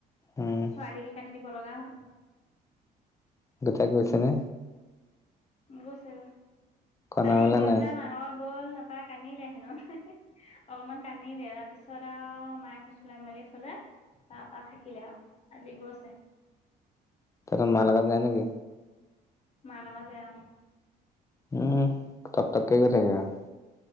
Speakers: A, on the left; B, on the left.
A: উম
B: ছোৱালী সেইকাৰণে। ল'ব লগা হ'ল। <inaudible>
A: গোটাই গৈছে নে।
B: গৈছে।
A: কন্দা
B: কালি
A: মেলা
B: গৈ
A: নাই
B: পেলাই মানুহৰ গ'ল নাপা তাই কানিলে হেনো অকমান কানিলে তাৰপিছত আৰু মায়ে ফুচলাই মেলি থলে তাপা থাকিলে আৰু আজি গৈছে।
A: তহতৰ মা লগত যায় নে কি?
B: মা লগত যায় অ।
A: উম, তক তক গৈ থাকে আৰু।